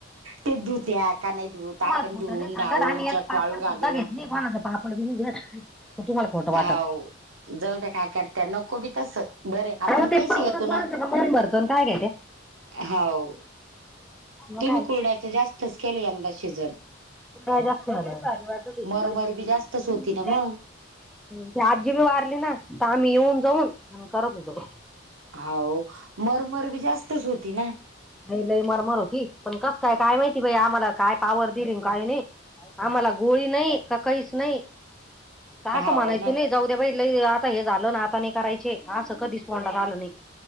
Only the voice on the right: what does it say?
ते धूत्या का नाही धूत
आपण
धुवून
धावून
चकवाळू
घालून
हा ओ जाऊ त्या काय करत्या नको बी तस बरं
आपण
पैसे
घेतो
ना,
हा ओ
तुम्ही
कुरड्याच जास्तच केले यंदा शिजन
मरमर बी जास्तच होती ना मग
होओ मर मर बी जास्तच होती ना.
हाव
ना